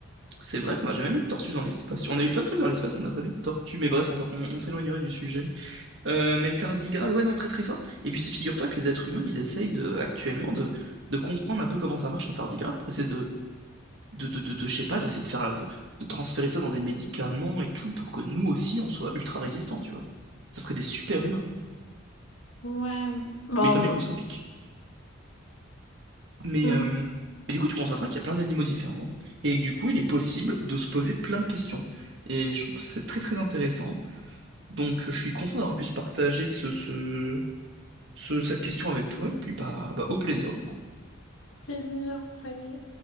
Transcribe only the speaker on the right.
c'est vrai qu'on n'a jamais mis de tortues dans l'espace. On a eu plein de trucs dans l'espace, on n'a pas mis de tortues. Mais bref, on, s'en- on- on s'éloignerait du sujet. Euh, mais le tardigrade, ouais, non, très très fort. Et puis figure-toi que les êtres humains, ils essayent de, actuellement de, de comprendre un peu comment ça marche un tardigrade pour essayer de, de, de, de- de- je sais pas, d'essayer de faire, de, de transférer ça dans des médicaments et tout pour que nous aussi, on soit ultra résistants, tu vois. Ça ferait des super humains,
mais pas
microscopiques. Mais,
euh, mais du coup, tu constateras qu'il y a plein d'animaux différents et que du coup, il est possible de se poser plein de questions. Et je trouve que ça, c'est très très intéressant. Donc, je suis content d'avoir pu se partager ce, ce, ce- cette question avec toi et puis bah, bah, au plaisir du coup.